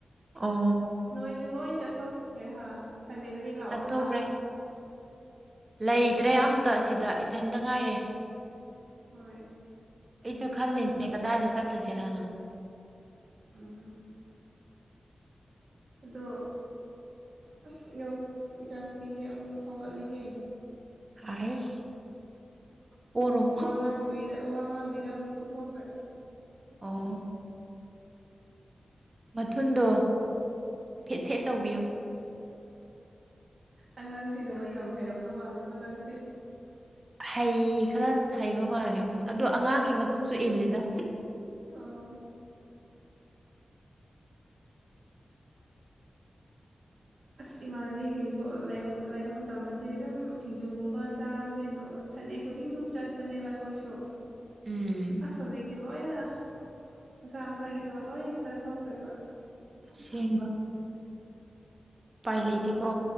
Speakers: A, on the right (about 30°); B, on the right (about 60°).
A: ꯑꯣ
B: ꯅꯣꯏꯁꯨ ꯂꯣꯏ ꯆꯠꯊꯣꯛꯈ꯭ꯔꯦ ꯍꯥꯥ ꯁꯟꯗꯦꯗꯗꯤ ꯂꯥꯛꯑꯣ
A: ꯆꯠꯊꯣꯛꯈ꯭ꯔꯦ
B: ꯅ
A: ꯂꯩꯇ꯭ꯔꯦ ꯑꯝꯇ ꯁꯤꯗ ꯏꯊꯟꯇ ꯉꯥꯏꯔꯦ
B: ꯍꯣꯏ
A: ꯑꯩꯖꯨ ꯈꯜꯂꯤꯅꯦ ꯀꯗꯥꯏꯗ ꯆꯠꯂꯨꯁꯤꯔꯅ
B: ꯎꯝ ꯑꯗꯣ ꯑꯁ ꯏꯅ ꯏꯆꯥꯅꯨꯄꯤꯁꯦ ꯑꯃꯨꯛ ꯍꯧꯒꯠꯂꯦꯍꯦ
A: ꯍꯥꯏꯁ꯫ ꯄꯣꯔꯣ
B: ꯋꯥ ꯉꯥꯡꯗꯕꯤꯗ ꯋꯥ ꯉꯥꯡꯗꯕꯤꯗ ꯑꯃꯨꯛ ꯇꯨꯝꯊꯣꯛꯈ꯭ꯔꯦ꯫
A: ꯑꯣ꯫ ꯃꯊꯨꯟꯗꯣ ꯐꯦꯠ ꯐꯦꯠ ꯇꯧꯕꯤꯌꯣ꯫
B: ꯑꯉꯥꯡ ꯁꯦꯟꯅꯕ ꯌꯥꯝ ꯍꯩꯔꯝꯗꯧ ꯃꯥꯜꯂꯦꯀꯣ ꯅꯪꯁꯤ꯫
A: ꯍꯩ ꯈꯔ ꯍꯩꯕ ꯃꯥꯜꯂꯦ ꯑꯗꯣ ꯑꯉꯥꯡꯒꯤ ꯃꯇꯨꯡꯁꯨ ꯏꯜꯂꯦꯗ꯫
B: ꯑꯣ ꯑꯁ ꯏꯃꯥꯟꯅꯕꯤꯁꯤꯡꯁꯨ ꯂꯩꯕ ꯂꯩꯕ ꯃꯇꯝꯗꯗꯤ ꯑꯗꯨꯝ ꯁꯤꯡꯖꯨꯒꯨꯝꯕ ꯆꯥꯕꯁꯦ꯫ ꯁꯟꯗꯦ ꯈꯨꯗꯤꯡ ꯑꯗꯨꯝ ꯆꯠꯄꯅꯦꯕ ꯑꯩꯈꯣꯏꯁꯨ꯫
A: ꯎꯝ
B: ꯑꯁ ꯍꯧꯖꯤꯛꯇꯤ ꯂꯣꯏꯅ ꯃꯁꯥ ꯃꯁꯥꯒꯤ ꯊꯕꯛ ꯂꯣꯏ ꯆꯠꯊꯣꯛ ꯑꯑꯥꯏꯕ <inaudible>
A: ꯁꯦꯡꯕ ꯎꯄꯥꯏ ꯂꯩꯇꯦꯀꯣ